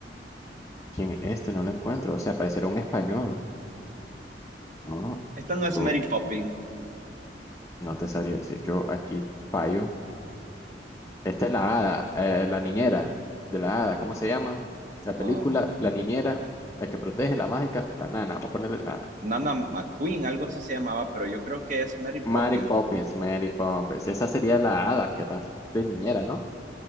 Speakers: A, on the left; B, on the right.
A: ¿Quién es este? No lo encuentro. O sea, pareciera un español. No,
B: Esta no es
A: tú
B: Mary Poppins.
A: no te sabría decir. Yo aquí fallo. Esta es la hada, eh, la niñera de la hada. ¿Cómo se llama? La película,
B: um,
A: la niñera, la que protege, la mágica, la nana. Vamos a ponerle nana.
B: Nana McQueen, algo así se llamaba, pero yo creo que es Mary
A: Mary
B: Poppins,
A: Poppins,
B: fíjate.
A: Mary Poppins. Esa sería la hada que está de niñera, ¿no?